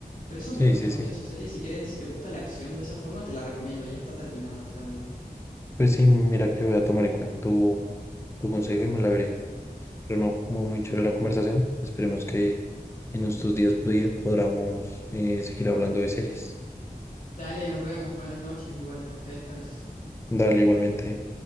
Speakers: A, on the left (about 55°); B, on the left (about 15°).
A: Pero eso
B: sí,
A: me gusta
B: sí,
A: mucho
B: sí.
A: esa serie, si quieres, si te gusta la acción de esa forma, te la recomiendo, ya está terminada totalmente.
B: Pues sí, mira que voy a tomar en cuenta tu, tu consejo y me la veré. Pero no, muy, muy chévere la conversación. Esperemos que en estos días podía- podamos eh, seguir hablando de series.
A: Dale, nos vemos, buenas noches, igual pues que descanses.
B: Dale igualmente.